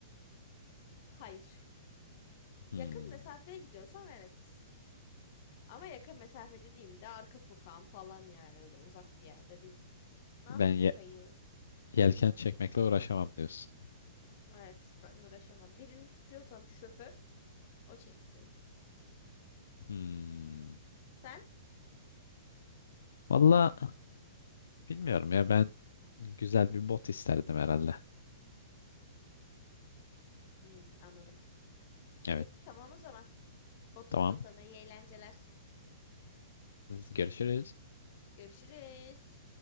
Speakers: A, on the left (about 40°); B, on the left (about 85°).
A: Hayır.
B: Hmm.
A: Yakın mesafeye gidiyorsam evet. Ama yakın mesafe dediğimde arka sokağım falan yani öyle uzak bir yerde değil. Ne
B: Ben
A: yapayım
B: ye-
A: kayığı?
B: yelken çekmekle uğraşamam diyorsun.
A: Evet ben uğraşamam. Birini tutuyorsam şoför o çeksin.
B: Hmm.
A: Sen?
B: Valla bilmiyorum ya ben güzel bir bot isterdim herhalde.
A: Hmm, anladım.
B: Evet
A: Peki tamam o zaman. Botunda
B: tamam.
A: sana iyi eğlenceler.
B: Görüşürüz.
A: Görüşürüz.